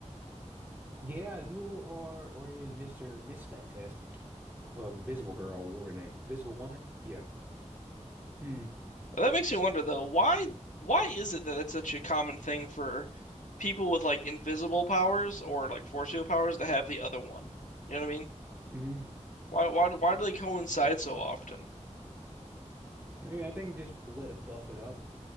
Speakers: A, on the right; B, on the left.
A: yeah, you are or in Mr. Miss Fantastic, or Invisible Girl, or whatever her name, Visible Woman. Yeah. Hmm.
B: That makes me wonder though, why why is it that it's such a common thing for people with like invisible powers or like force field powers to have the other one? You know what I mean?
A: hmm
B: Why why do- why do they coincide so often?
A: I mean, I think just a way to buff it up